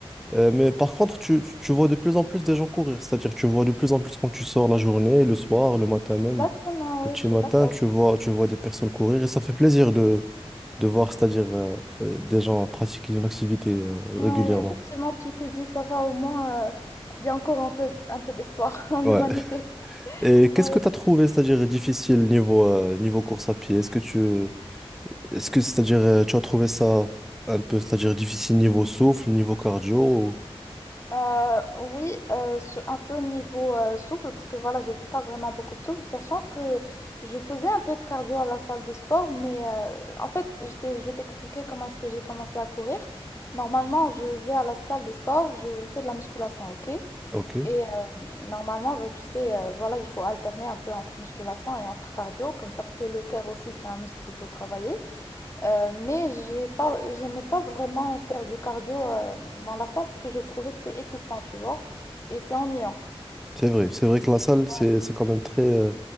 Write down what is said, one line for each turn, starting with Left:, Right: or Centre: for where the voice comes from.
Centre: Euh, mais par contre, tu, tu vois de plus en plus des gens courir, c'est-à-dire tu vois de plus en plus quand tu sors la journée, le soir, le matin même,
Left: Exactement,
Centre: au
Left: oui,
Centre: petit
Left: je suis
Centre: matin,
Left: d'accord.
Centre: tu vois, tu vois des personnes courir et ça fait plaisir de, de voir, c'est-à-dire euh, euh, des gens pratiquer une activité euh,
Left: Ouais,
Centre: régulièrement.
Left: effectivement, tu te dis, ça va, au moins, euh, il y a encore un peu, un peu d'espoir <laughs> en l'humanité.
Centre: Ouais. Et qu'est-ce
Left: Ouais.
Centre: que tu as trouvé, c'est-à-dire difficile niveau, euh, niveau course à pied? Est-ce que tu, est-ce que, c'est-à-dire euh, tu as trouvé ça un peu, c'est-à-dire difficile niveau souffle, niveau cardio? ou-
Left: Euh, oui, euh, sur- un peu niveau euh, souffle, parce que voilà, j'ai pas vraiment beaucoup de souffle, sachant que je faisais un peu de cardio à la salle de sport, mais euh, en fait, je t'ai- je vais t'expliquer comment est-ce que j'ai commencé à courir. Normalement, je vais à la salle de sport, je fais de la musculation, ok?
Centre: Ok.
Left: Et euh, normalement, bah, tu sais, euh, voilà, il faut alterner un peu entre musculation et entre cardio, comme ça, parce que le cœur aussi, c'est un muscle qu'il faut travailler. Euh, mais j'ai pas, j'aimais pas vraiment faire du cardio euh, dans la salle, parce que je trouvais que c'est étouffant, tu vois, et c'est ennuyant.
Centre: C'est vrai, c'est vrai que la salle, c'est,
Left: Ouais,
Centre: c'est quand même très, euh,